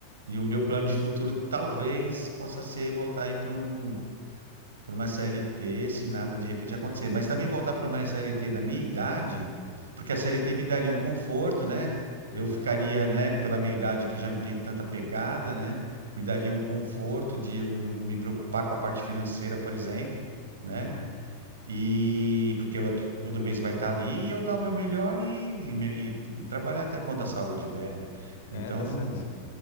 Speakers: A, on the right (about 70°); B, on the left (about 55°).
A: E o meu plano de futuro talvez possa ser voltar aí para um. para uma CLT se nada de repente acontecer. Mas também voltar para uma CLT na minha idade, porque a CLT me daria um conforto, né? Eu
B: Aham,
A: ficaria, né, pela minha idade que já não tenho tanta pegada, né? Me daria um conforto de eu não me preocupar com a parte financeira, por exemplo, né?
B: aham.
A: E porque eu, todo mês vai estar ali e eu dar o meu melhor e, e me- e trabalhar até quando a saúde der, né?
B: É,
A: Então,
B: tá certo.